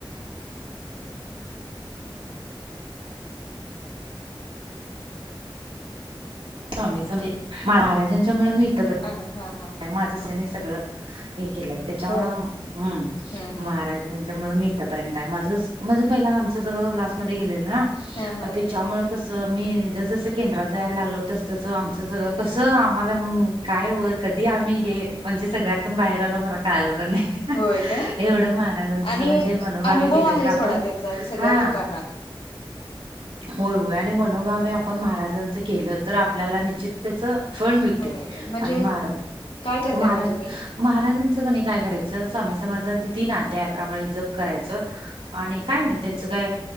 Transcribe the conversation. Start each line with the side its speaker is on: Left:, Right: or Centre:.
Right: स्वामी महाराजांच्यामुळे मी इथ
Left: अनू हा हा
Right: माझ त्यानी सगळं हे केलं. त्याच्यामुळ
Left: होय हम्म हम्म
Right: महाराजांच्या मुळ मी आपर्यंत आहे. माझ म्हण पहिला आमच सगळं लास्ट मध्ये गेलेलं ना!
Left: हा हा
Right: त्याच्यामुळे मी जस जस केंद्रात जायला लागलो. तस तसं आमचं सगळं कस आम्हाला काय वर कधी आम्ही हे म्हणजे सगळ्यातून बाहेर आलो. मला कळाल पण नाही.
Left: होय काय
Right: एवढं महाराजांच
Left: आणि
Right: म्हणजे मनोभावी
Left: अनुभव
Right: केल
Left: आहे
Right: तर आपण
Left: सोडा त्यांचा सगळ्या
Right: हा
Left: लोकांना
Right: होय होय, आणि मनोभावे आपण महाराजांच केलं. तर आपल्याला निश्चित त्याच फळ मिळतय.
Left: म्हणजे
Right: आणि महाराज
Left: काय करताय
Right: महाराज
Left: मग तुम्ही
Right: महाराजांचं कने काय करायचं. स्वामी समर्थचं तीन अध्याय अकरा माळी जप करायचं. आणि काय नाही. त्यांचं काय